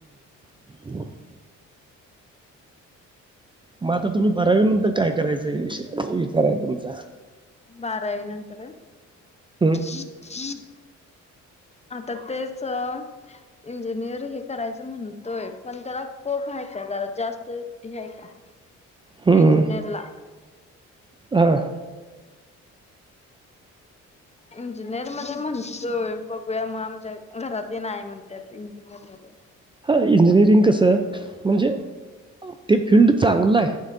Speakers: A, on the right; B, on the left.
A: <unintelligible> मग आता तुम्ही बारावीनंतर काय करायचं विषय विचार आहे तुमचा?
B: बारावी नंतर होय,
A: हं.
B: <unintelligible> आता तेच अऽ इंजिनियर हे करायचं म्हणतोय, पण त्याला कोप आहे का, जरा जास्त हे हाय का? <unintelligible>
A: हूं..
B: इंजिनिअरला
A: हूं.. हा...
B: इंजिनियर मध्ये म्हणतोय बघूया मग आमच्या घरातले नाही म्हणत्यात इंजिनियर यालय,
A: हां इंजिनिअरिंग कसं म्हणजे, ते फिल्ड चांगलं आहे,